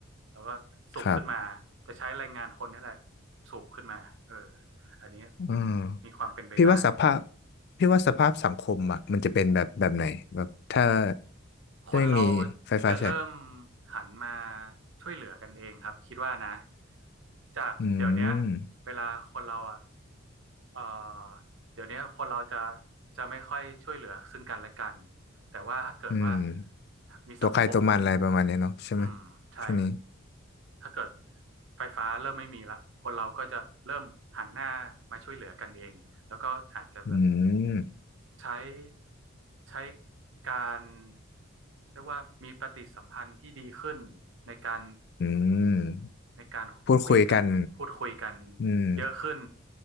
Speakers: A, on the right; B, on the left.
A: แล้วก็สูบขึ้นมาจะใช้แรงงานคนนี่แหละ
B: ครับ
A: สูบขึ้นมาเอออันนี้
B: อืม
A: มีความเป็นไปได้
B: พี่ว่าสภาพพี่ว่าสภาพสังคมอ่ะมันจะเป็นแบบแบบไหนแบบถ้า
A: คนเรา
B: ไม่มีไฟฟ้าใช้
A: จะเริ่มหันมาช่วยเหลือกันเองครับคิดว่านะจากเดี๋ยวเนี้ย
B: อืม
A: เวลาคนเราอ่ะเอ่อเดี๋ยวเนี้ยคนเราจะจะไม่ค่อยช่วยเหลือซึ่งกันและกันแต่ว่าถ้าเกิดว่า
B: อืม
A: มีสังคม
B: ตัวใครตัวมันอะไรประมาณเนี้ยเนาะใช่ไหม
A: อืมใช่
B: ช่วงนี้
A: ถ้าเกิดไฟฟ้าเริ่มไม่มีละคนเราก็จะเริ่มหันหน้ามาช่วยเหลือกันเองแล้วก็อาจจะแบบ
B: อืม
A: ใช้ใช้การเรียกว่ามีปฏิสัมพันธ์ที่ดีขึ้นในการ
B: อืม
A: ในการคุยกันนะพูดคุยกัน
B: พูดคุยกันอืม
A: เยอะขึ้น